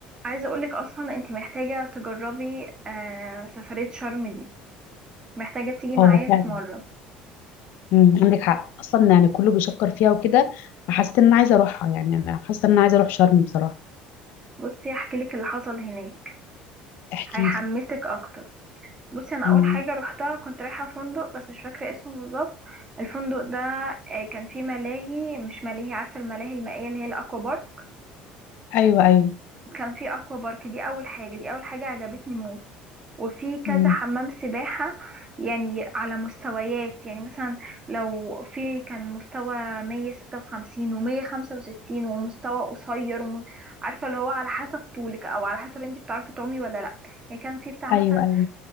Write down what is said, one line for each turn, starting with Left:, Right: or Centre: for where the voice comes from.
Right: عايزة اقولك اصلا انت محتاجة تجربي آه سفرية شرم دي محتاجة تيجي معايا
Left: اه فعلا
Right: في مرة
Left: مم، عندك حق اصلا يعني كله بيشكر فيها وكده فحسيت ان انا عايزه اروحها يعني انا حاسه ان انا عايزه اروح شرم بصراحه
Right: بصي هحكيلك اللي حصل هناك
Left: احكي
Right: هيحمسك
Left: لي
Right: اكتر بصي انا
Left: مم.
Right: اول حاجة روحتها كنت رايحة فندق بس مش فاكرة اسمه بالظبط الفندق ده آه كان فيه ملاهي مش ملاهي عارفة الملاهي المائية اللي هي الاكوا بارك
Left: ايوه ايوه
Right: كان فيه اكوا بارك دي اول حاجة دي اول حاجة عجبتني موت وفي كذا
Left: مم.
Right: حمام سباحة يعني على مستويات يعني مثلا لو في كان مستوى مية ستة وخمسين ومية خمسة وستين ومستوى قصير وم... عارفة اللي هو على حسب طولك أو على حسب انتي بتعرفي تعومي ولا لأ يعني كان في بتاع
Left: ايوه
Right: مثلا
Left: ايوه